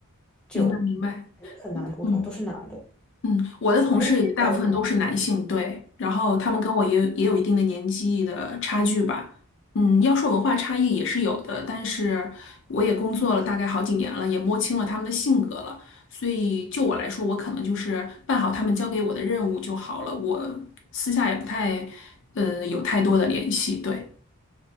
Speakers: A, in the centre; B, on the left.
A: 就
B: 明白，明白。
A: 很难沟通，
B: 嗯。
A: 都是男的。
B: 嗯，我的同事也大部分都是男性，
A: 你们那边小组呢？
B: 对，然后他们跟我也有也有一定的年纪的差距吧。嗯，要说文化差异也是有的，但是我也工作了大概好几年了，也摸清了他们的性格了，所以就我来说，我可能就是办好他们交给我的任务就好了，我私下也不太，呃，有太多的联系，对。